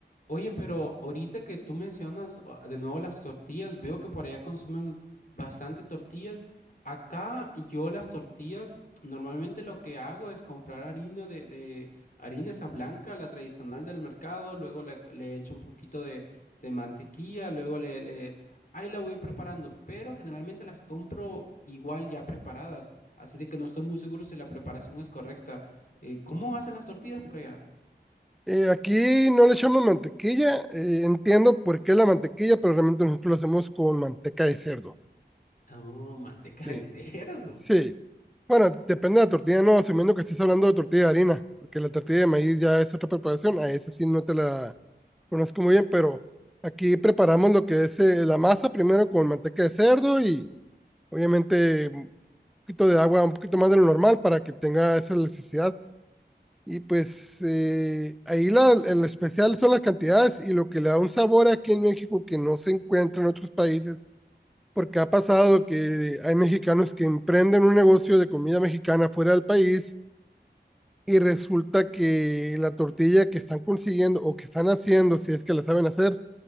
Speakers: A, on the left; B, in the centre.
A: Oye, pero ahorita que tú mencionas ah, de nuevo las tortillas, veo que por allá consumen bastante tortillas. Acá yo las tortillas, normalmente lo que hago es comprar harina de, de harina esa blanca, la tradicional del mercado, luego le, le echo un poquito de, de mantequilla, luego le, le- ahí la voy preparando, pero generalmente las compro igual ya preparadas, así de que no estoy muy seguro si la preparación es correcta. Eh, ¿cómo hacen las tortillas por allá?
B: Eh, aquí no le echamos mantequilla, eh, entiendo por qué la mantequilla, pero realmente nosotros lo hacemos con manteca de cerdo.
A: Oh, manteca
B: Sí,
A: de cerdo.
B: sí. Bueno, depende de la tortilla, no, asumiendo que estés hablando de tortilla de harina, porque la tortilla de maíz ya es otra preparación, a esa sí no te la conozco muy bien, pero aquí preparamos lo que es eh, la masa primero con manteca de cerdo y obviamente un poquito de agua, un poquito más de lo normal para que tenga esa elasticidad. Y pues eh, ahí la, el especial son las cantidades y lo que le da un sabor aquí en México que no se encuentra en otros países, porque ha pasado que hay mexicanos que emprenden un negocio de comida mexicana fuera del país y resulta que la tortilla que están consiguiendo o que están haciendo, si es que la saben hacer,